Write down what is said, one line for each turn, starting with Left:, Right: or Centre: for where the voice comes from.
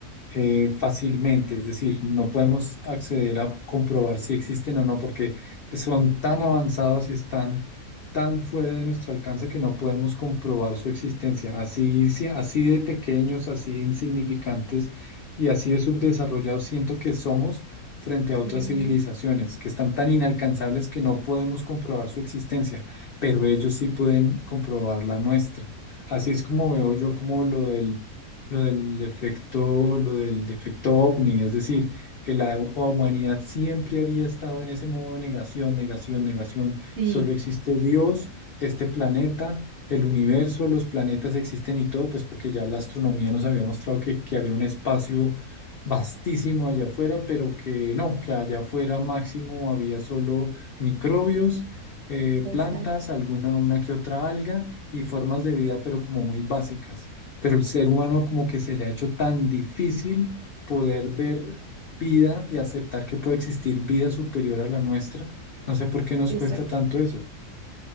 Left: eh, fácilmente, es decir, no podemos acceder a comprobar si existen o no, porque son tan avanzados y están tan fuera de nuestro alcance que no podemos comprobar su existencia, así, si, así de pequeños, así de insignificantes y así de subdesarrollados siento que somos frente a otras
Right: Sí.
Left: civilizaciones que están tan inalcanzables que no podemos comprobar su existencia, pero ellos sí pueden comprobar la nuestra. Así es como veo yo como lo del, lo del efecto, lo del defecto ovni, es decir, que la humanidad siempre había estado en ese modo de negación, negación, negación,
Right: Sí,
Left: solo existe Dios, este planeta el universo, los planetas existen y todo, pues porque ya la astronomía nos había mostrado que, que había un espacio vastísimo allá afuera, pero que no, que allá afuera máximo había solo microbios, eh,
Right: exacto,
Left: plantas, alguna una que otra alga y formas de vida, pero como muy básicas. Pero el ser humano como que se le ha hecho tan difícil poder ver vida y aceptar que puede existir vida superior a la nuestra. No sé por qué nos
Right: exacto.
Left: cuesta tanto eso.